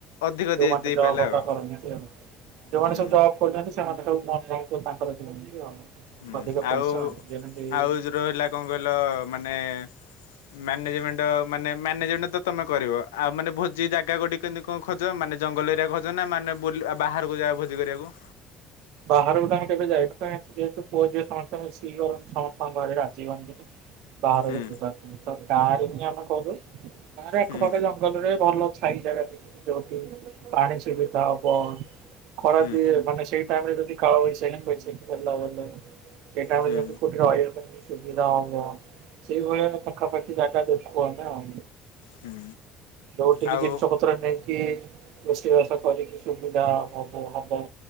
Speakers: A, on the left (about 85°); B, on the right (about 75°).
A: ଅଧିକ
B: ଯୋଉମାନେ
A: ଦେଇ ଦେଇପାରିଲା
B: ଜବ୍
A: ଆଉ
B: କରନ୍ତି ଆଉ। ଯୋଉମାନେ
A: ହୁଁ।
B: ସବୁ ଜବ୍ କରୁଛନ୍ତି ସେମାନେ ସବୁ <unintelligible> ତାଙ୍କର ଦିଅନ୍ତି ଆଉ
A: ହୁଁ
B: ଅଧିକ
A: ଆଉ
B: ପଇସା ଯେମିତି
A: ଆଉ ଯଉ ରହିଲା କଣ କହିଲ ମାନେ ମ୍ୟାନେଜମେଣ୍ଟ ମାନେ ମ୍ୟାନେଜମେଣ୍ଟ ତମେ କରିବ। ଆଉ ମାନେ ଭୋଜି ଜାଗା କୋଉଟି କେନ୍ତି କଣ ଖୋଜ? ମାନେ ଜଙ୍ଗଲ ଏରିଆ ଖୋଜ ନା ମାନେ ବୁଲ ବାହାରକୁ ଯା ଭୋଜି କରିବାକୁ?
B: ବାହାରକୁ ତ ଆମେ କେବେ ଯାଇନୁ। କାହିଁକି ଯେହେତୁ ପୁଅ ଝିଅ ସମସ୍ତେ ମିଶିକି କରନ୍ତି ସମସ୍ତଙ୍କ ଘରେ ରାଜି ହୁଅ ବାହାରକୁ
A: ହୁଁ
B: ଯିବାର ନାହିଁ। ତ ଗାଁ ରେ ହିଁ ଆମେ କରୁ। ଗାଁ ରେ ଆଖପାଖ
A: ହୁଁ
B: ଜଙ୍ଗଲରେ ଭଲ ଛାଇ ଜାଗା ଦେଖିକି ଯୋଉଠି ପାଣି ସୁବିଧା ହବ, ଖରା
A: ହୁଁ
B: ଦିଏ ମାନେ ସେଇ ତା ପରେ ଯଦି କାଳବୈଶାଖୀ ଫୈଶାଖୀ ହେଲା ବଲେ। ସେଇ ଟାଇମ୍
A: ହୁଁ
B: ରେ ଯେମିତି କୋଉଠି ରହିବା ପାଇଁ ସୁବିଧା ହବ। ସେଇଭଳିଆ ପାଖାପାଖି ଜାଗା ଦେଖୁ ଆମେ ଆଉ।
A: ହୁଁ।
B: ଯୋଉଠିକି
A: ଆଉ
B: ଜିନିଷ ପତ୍ର ନେଇକି ରୋଷେଇ ବାସ କରିକି ସୁବିଧା ହବ ହବ।